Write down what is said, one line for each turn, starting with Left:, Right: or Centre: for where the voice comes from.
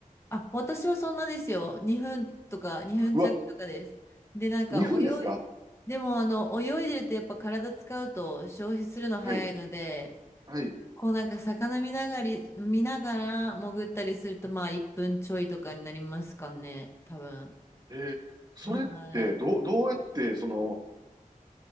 Left: あ、私はそんなですよ。2分とか、2分弱とかです。
Right: うわ、
Left: で、なんか泳い、
Right: 2分ですか
Left: でもあの、泳いでるとやっぱ体使うと消費するの早いので、
Right: はい、はい。
Left: こうなんか魚見ながら、見ながら潜ったりするとまあ1分ちょいとかになりますかね、多分。
Right: えーそれってどう、
Left: はい。
Right: どうやってその、